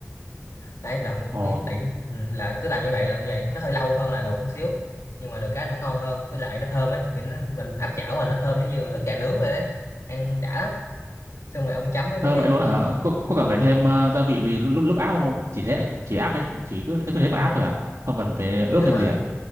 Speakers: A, on the left; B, on the right.
A: đấy là ông
B: ồ
A: cứ tiện ừ, là cứ làm như vậy làm như vậy nó hơi lâu hơn là luộc một xíu nhưng mà được cái nó ngon hơn với lại nó thơm ấy kiểu nó mình áp chảo mà nó thơm giống như ức gà nướng vậy đấy ăn đã lắm xong rồi ông chấm với mấy
B: thơm
A: cái
B: vậy luôn
A: kiểu
B: hả?
A: như
B: Có
A: đúng
B: có cần
A: rồi
B: phải thêm ờ, gia vị vì lúc lúc lúc áp không không? Chỉ thế chỉ áp hết, chỉ cứ thế cứ thế mà
A: ừ.
B: áp thôi hả? Không cần phải ướp
A: nếu
B: thêm
A: mà
B: gì à?